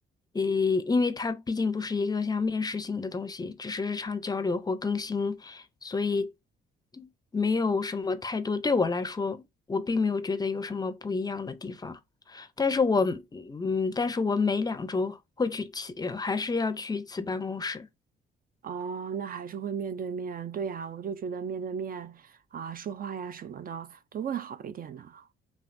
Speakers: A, on the left; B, on the right.
A: 呃，因为它毕竟不是一个像面试性的东西，只是日常交流或更新，所以没有什么太多，对我来说，我并没有觉得有什么不一样的地方。但是我嗯，但是我每两周会去其，还是要去一次办公室。
B: 哦，那还是会面对面，对呀，我就觉得面对面啊，说话呀什么的都会好一点呢。